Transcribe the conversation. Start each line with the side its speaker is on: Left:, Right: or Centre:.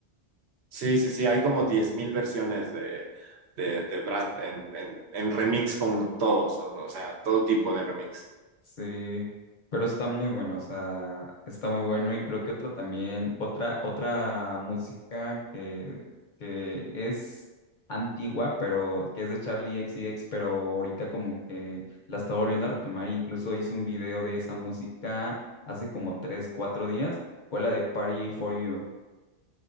Right: Sí, sí, sí, hay como 10.000 versiones de, de, de Brad en, en, en remix con todos, o o sea, todo tipo de remix.
Left: Sí, pero está muy bueno, o sea, está muy bueno y creo que otra también, otra, otra música que, que es antigua, pero que es de Charlie X C X, pero ahorita como que la está volviendo a retomar, e incluso hizo un video de esa música hace como tres, cuatro días, fue la de Party for You.